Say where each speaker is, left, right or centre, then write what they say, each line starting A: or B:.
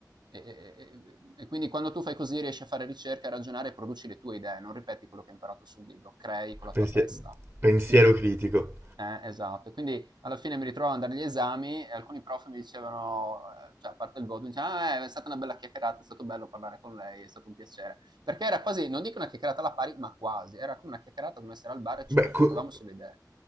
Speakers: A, on the right; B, on the right.
A: e, e- e- e quindi quando tu fai così riesci a fare ricerca, a ragionare e produci le tue idee, non ripeti quello che hai imparato sul libro, crei con la
B: pensie-
A: tua testa.
B: pensiero
A: E quindi,
B: critico.
A: eh, esatto, E quindi alla fine mi ritrovo ad andare agli esami e alcuni prof mi dicevano, eh, cioè a parte il voto, mi dicevano, "Ah, eh, è stata una bella chiacchierata, è stato bello parlare con lei, è stato un piacere. Perché era quasi, non dico una chiacchierata alla pari, ma quasi, era come una chiacchierata come essere al bar e ci
B: Beh,
A: confrontavamo
B: co-
A: sulle idee.